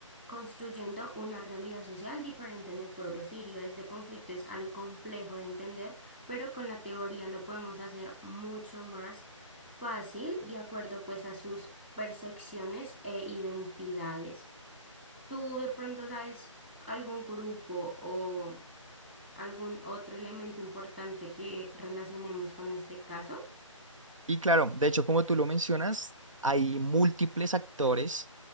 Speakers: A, in the centre; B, on the right (about 70°).
A: construyendo una realidad social diferente en el pueblo sirio. Este conflicto es algo complejo de entender, pero con la teoría lo podemos hacer mucho más fácil, de acuerdo pues a sus percepciones e identidades. ¿Tú de pronto sabes algún grupo o algún otro elemento importante que relacionemos con este caso?
B: Y claro, de hecho, como tú lo mencionas, hay múltiples actores